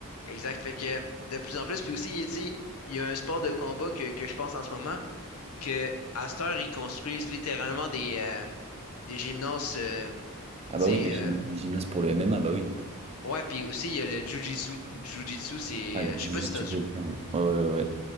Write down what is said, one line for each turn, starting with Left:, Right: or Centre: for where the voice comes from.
Left: exact. Fait que de plus en plus, puis aussi, tu sais, il y a un sport de combat que, que je pense en ce moment, que à cette heure, ils construisent littéralement des, euh, des gymnases, euh,
Right: Ah
Left: tu
Right: bah
Left: sais,
Right: oui, des,
Left: euh,
Right: gym- des gymnastes pour le MMA, bah oui.
Left: ouais, puis aussi, il y a le Jiu-Jitsu. Le Jiu-Jitsu, c'est,
Right: Ah, le
Left: euh, je
Right: jiu-jitsu
Left: sais pas si t'as, déjà-
Right: brésilien, ouais. Ouais, ouais, ouais.